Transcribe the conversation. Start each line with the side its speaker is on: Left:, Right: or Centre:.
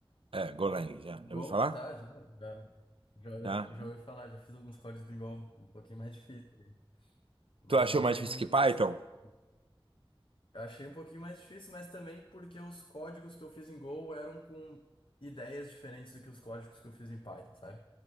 Right: É, Golang, já. Já
Left: Gol,
Right: ouviu falar?
Left: tá? Já, já, já, ouvi
Right: Tá?
Left: já ouvi falar, já fiz alguns códigos em Gol um pouquinho mais difícil, né? mas
Right: Tu achou
Left: não
Right: mais
Left: tenho
Right: difícil
Left: muito
Right: que Python?
Left: conhecimento. Eu achei um pouquinho mais difícil, mas também porque os códigos que eu fiz em Go eram com ideias diferentes do que os códigos que eu fiz em Python, sabe?